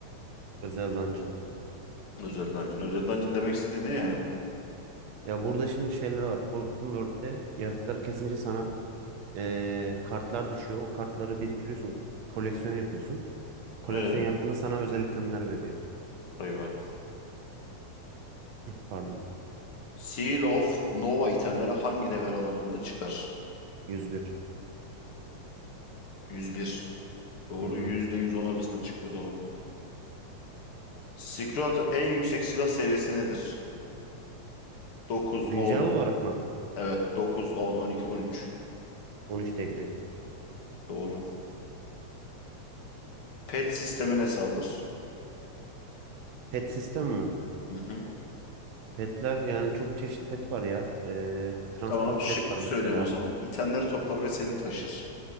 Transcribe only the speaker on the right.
Özel dungeon.
Ya burada şimdi şeyler var. Forgotten World'de yaratıkları kesince sana eee, kartlar düşüyor. O kartları biriktiriyorsun. Koleksiyon yapıyorsun. Koleksiyon
yaptığında sana özel itemler veriyor.
Pardon.
101.
Hı hı.
Güncel
olarak mı?
on üç degri.
Pet sistem mi?
Petler yani çok çeşit pet var ya. Eee, transport
pet var mesela.